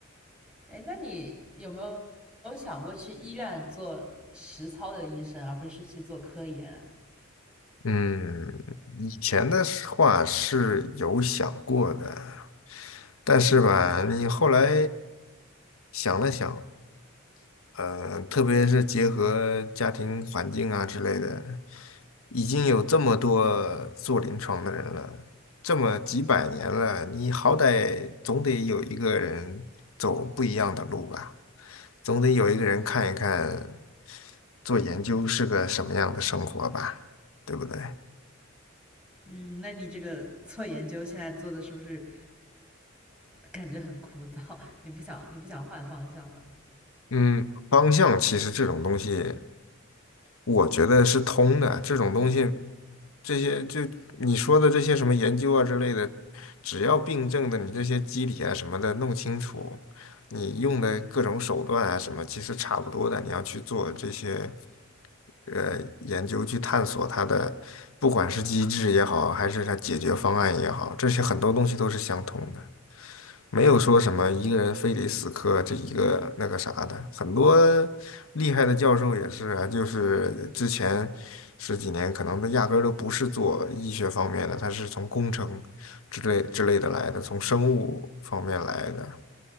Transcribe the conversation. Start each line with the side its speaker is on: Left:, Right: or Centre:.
Centre: 哎，那你有没有有想过去医院做实操的医生，而不是去做科研啊？
Left: 嗯，以前的是话是有想过的，但是吧，你后来想了想，呃，特别是结合家庭环境啊之类的，已经有这么多做临床的人了，这么几百年了，你好歹总得有一个人走不一样的路吧，总得有一个人看一看做研究是个什么样的生活吧，对不对？
Centre: 嗯，那你这个做研究现在做的是不是感觉很枯燥？<laughs> 你不想你不想换方向了？
Left: 嗯，方向其实这种东西，我觉得是通的。这种东西，这些就你说的这些什么研究啊之类的，只要病症的你这些机理啊什么的弄清楚，你用的各种手段啊什么，其实差不多的。你要去做这些呃研究，去探索它的，不管是机制也好，还是它解决方案也好，这些很多东西都是相通的。没有说什么一个人非得死磕这一个那个啥的，很多厉害的教授也是啊，就是之前十几年可能他压根儿都不是做医学方面的，他是从工程之类之类的来的，从生物方面来的，